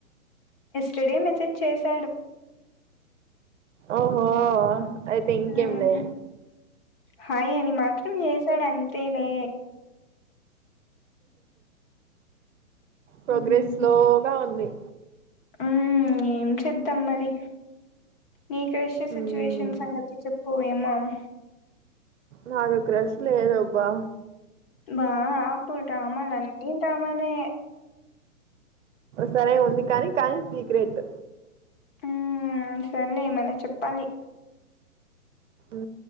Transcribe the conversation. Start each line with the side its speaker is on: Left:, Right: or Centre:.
Left: టుడే మెసేజ్ చేశాడు
Right: ఓహో అయితే ఇంకేంలే
Left: ఉ హాయ్ అని మాత్రం చేసాడు అంతే లే
Right: ప్రోగ్రెస్
Left: హ్మ్
Right: స్లోగా ఉంది
Left: హ్మ్ ఏం చేద్దాం మరి నీ క్రష్ సిచ్యువేషన్
Right: మ్మ్
Left: సంగతి చెప్పు మరి
Right: నాకు క్రష్ లేదు అబ్బా
Left: బా అప్పుడు డ్రామాల నీ డ్రామాలే
Right: సరే ఉంది కానీ కానీ సీక్రెట్
Left: ఉ సర్లే ఏమన్నా చెప్పాలి
Right: ఉ